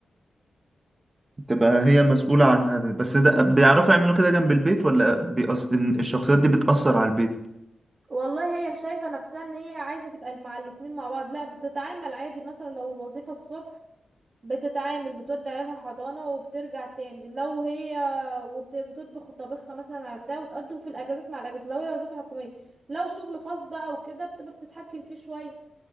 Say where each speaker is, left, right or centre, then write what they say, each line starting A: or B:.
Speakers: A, on the right (about 35°); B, on the right (about 50°).
A: تبقى هي مسؤولة عن هذا بس ده بيعرفوا يعملوا كده جنب البيت ولا بيأس... إن الشخصيات دي بتأثر على البيت
B: والله هي شايفه نفسها ان هي عايزه تبقى مع الاتنين مع بعض لا بتتعامل عادي مثلا لو الوظيفه الصبح بتتعامل بتودي عيالها حضانة وبترجع تاني لو هي وبت- وبتطبخ طبخها مثلا على بتاع وتقضي في الأجازات مع الأجازة لو هي وظيفة حكومية لو شغل خاص بقى وكده بتبقى بتتحكم فيه شوية